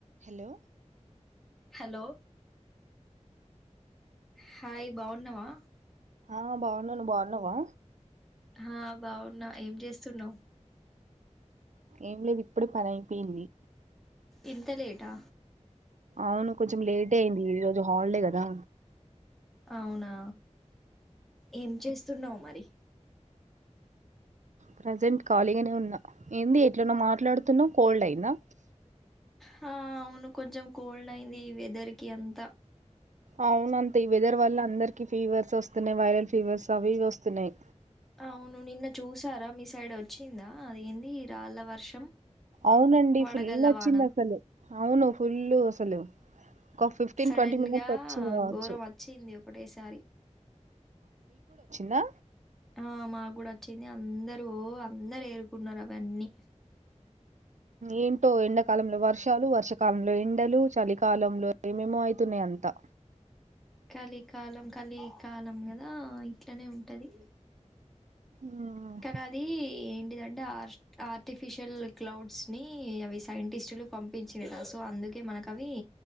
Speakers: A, on the right (about 80°); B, in the centre.
A: Hello
B: hello hi బాగున్నావా
A: ఆ బాగున్నా ను బాగున్నావా
B: హా బావున్నా ఏం చేస్తున్నావ్
A: ఏం లేదు ఇప్పుడే పని అయిపోయింది
B: ఇంత లేటా
A: అవును కొంచెం లేటే అయింది ఈరోజు హాలిడే కదా
B: అవునా ఏం చేస్ స్తున్నావు మరి
A: ప్రజెంట్ ఖాళీగానే ఉన్నా ఏంది ఎట్లనో మాట్లాడుతున్నావ్ కోల్డ్ అయిందా
B: హా అవును కొంచెం కోల్డ్ అయింది వెదర్ కి అంతా
A: అవున అంతే ఈ వెదర్ వల్ల అందరికి ఫీవర్స్ వస్తున్నాయి వైరల్ ఫీవర్స్ అవి ఇవి వస్తున్నాయి
B: అవును నిన్న చూసారా మీ సైడ్ వచ్చిందా అదేంది రాళ్ళ వర్షం
A: అవునండి
B: వడగళ్ళ
A: ఫుల్ వచ్చింది
B: వాన
A: అసలు అవును ఫుల్ అసలు ఒక ఫిఫ్టీన్
B: సడన్
A: ట్వంటీ మినిట్స్
B: గా
A: వచ్చింది కావచ్చు
B: ఘోరం వచ్చింది ఒకటేసారి
A: నా
B: ఆ మాకు కూడా వచ్చింది అందరు ఓ అందరు ఏరుకున్నారు అవన్నీ
A: ఏంటో ఎండాకాలంలో వర్షాలు వర్షాకాలంలో ఎండలు చలికాలంలో ఏమేమో అవుతున్నాయి అంతా
B: కలికాలం కలికాలం కదా ఇట్లనే ఉంటది
A: మ్మ్
B: కానదీ టే ఆర్టిఫిషియల్ క్లౌడ్స్ ని అవి సైంటిస్టులు పంపించిరు సో అందుకే మనకు అవి